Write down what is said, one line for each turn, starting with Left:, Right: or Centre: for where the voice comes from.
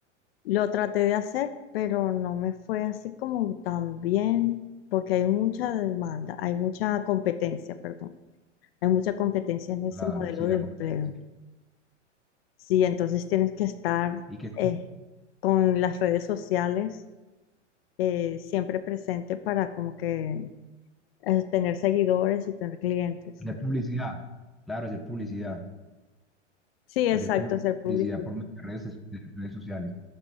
Left: lo traté de hacer, pero no me fue así como tan bien, porque hay mucha demanda, hay mucha competencia, perdón, hay mucha competencia en ese
Centre: Claro,
Left: modelo
Centre: sí,
Left: de
Centre: la
Left: empleo.
Centre: competencia.
Left: Sí, entonces tienes que estar
Centre: ¿Y qué? co-
Left: eh, con las redes sociales eh, siempre presente para como que eh, tener seguidores y tener clientes.
Centre: Hacer publicidad. Claro, hacer publicidad.
Left: Sí,
Centre: Hacer
Left: exacto,
Centre: pub-
Left: ser publicidad.
Centre: publicidad por medio de redes, de redes sociales.